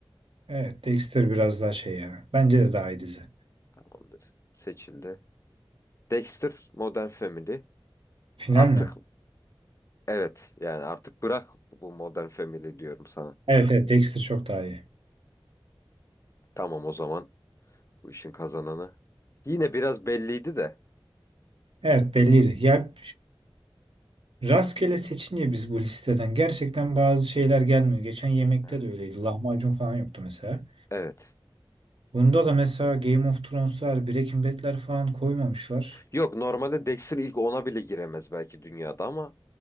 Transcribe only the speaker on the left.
Tamamdır. Seçildi. Dexter Modern Family.
Artık
evet yani artık bırak bu Modern Family diyorum sana.
Tamam o zaman bu işin kazananı. Yine biraz belliydi de.
Evet.
Evet.
Yok normalde Dexter ilk ona bile giremez belki dünyada ama